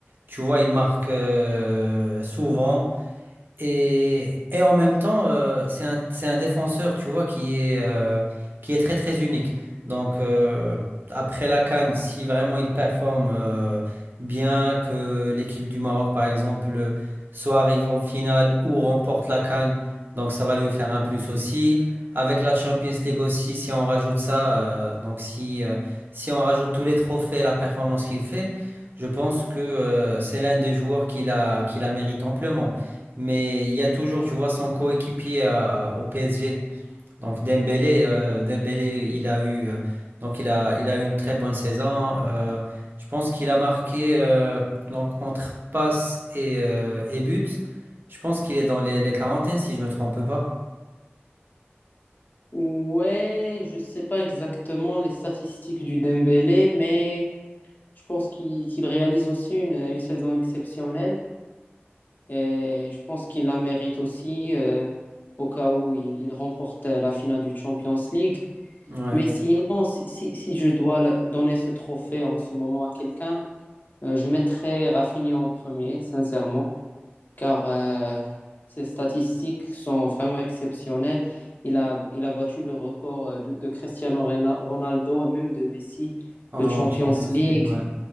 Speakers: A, on the right; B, on the left.
A: tu vois, il marque euh, souvent. Et, et en même temps, euh, c'est un, c'est un défenseur, tu vois, qui est, euh, qui est très très unique. Donc euh, après la CAN, si vraiment il performe euh, bien, que l'équipe du Maroc, par exemple, soit arrive en finale ou remporte la CAN, donc ça va lui faire un plus aussi. Avec la Champions League aussi, si on rajoute ça, euh, donc si, euh, si on rajoute tous les trophées et la performance qu'il fait, je pense que euh, c'est l'un des joueurs qui la, qui la mérite amplement. Mais il y a toujours, tu vois, son coéquipier à- au PSG. Donc Dembélé, euh, Dembélé, il a eu, euh, donc il a, il a eu une très bonne saison. Euh, je pense qu'il a marqué euh, donc entre passes et, euh, et buts. Je pense qu'il est dans les, les quarantaines, si je me trompe pas.
B: Ouais, je sais pas exactement les statistiques du Dembélé, mais je pense qu'il qu'il réalise aussi une, une saison exceptionnelle et je pense qu'il la mérite aussi euh, au cas où il, il remporte la finale du Champions League.
A: Ouais,
B: Mais sinon, si, si- si je dois le- donner ce trophée en ce moment à quelqu'un, euh, je mettrais Rafinha en premier, sincèrement car euh, ses statistiques sont vraiment exceptionnelles. Il a, il a battu le record euh, de, de Cristiano Ronaldo et même de Messi
A: en
B: de Champions
A: Champions
B: League.
A: League, ouais.